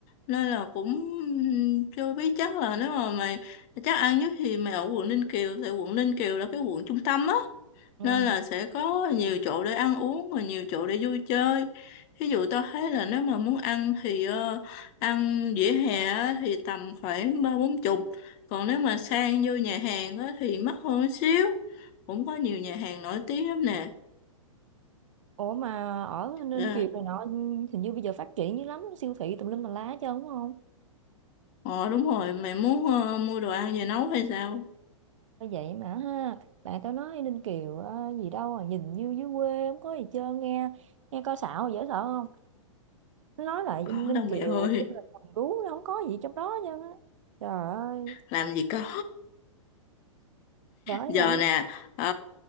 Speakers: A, on the left (about 35°); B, on the right (about 65°).
A: Nên là cũng ừm, chưa biết chắc là nếu mà mày chắc ăn nhất thì mày ở quận Ninh Kiều. Tại quận Ninh Kiều là cái quận trung tâm á
B: ừ.
A: nên là sẽ có nhiều chỗ để ăn uống và nhiều chỗ để vui chơi ví dụ tao thấy là nếu mà muốn ăn thì ờ, ăn vỉa hè á thì tầm khoảng ba bốn chục còn nếu mà sang vô nhà hàng á thì mắc hơn một xíu cũng có nhiều nhà hàng nổi tiếng lắm nè
B: ủa mà ở Ninh
A: ờ
B: Kiều này nọ hình như bây giờ phát triển dữ lắm siêu thị tùm lum tà lá hết trơn đúng không
A: ờ, đúng rồi mày muốn ờ, mua đồ ăn về nấu hay sao
B: Bởi vậy mà ha bạn tao nói Ninh Kiều ờ, gì đâu à nhìn như dưới quê không có gì chơi nghe nghe coi xạo dễ sợ không nó nói lại
A: có
B: Ninh Ninh
A: đâu mẹ
B: Kiều
A: ơi
B: như là thằng gú nó không có gì trong đó chứ á, trời ơi
A: làm gì có
B: bởi
A: giờ
B: vậy
A: nè ờ,